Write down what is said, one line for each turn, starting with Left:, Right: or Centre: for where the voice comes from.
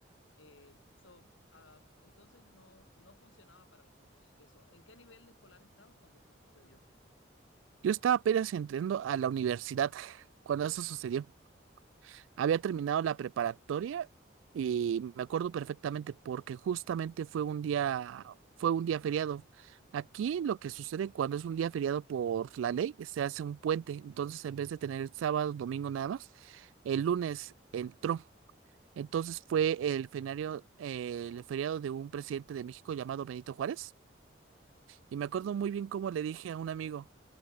Left: Eh, so, uh, entonces no, no funcionaba para algunos eso. ¿En qué nivel de escolar estabas cuando eso sucedió?
Right: Yo estaba apenas entrando a la universidad <laughs> cuando eso sucedió. Había terminado la preparatoria y me acuerdo perfectamente porque justamente fue un día, fue un día feriado. Aquí lo que sucede cuando es un día feriado por la ley, se hace un puente. Entonces, en vez de tener el sábado, domingo nada más, el lunes entró. Entonces fue el fenario- el feriado de un presidente de México llamado Benito Juárez. Y me acuerdo muy bien cómo le dije a un amigo,